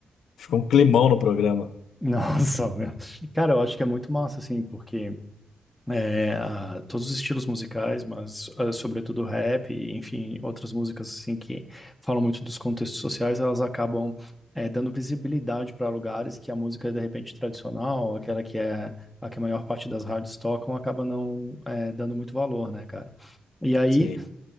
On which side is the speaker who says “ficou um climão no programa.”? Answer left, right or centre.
Left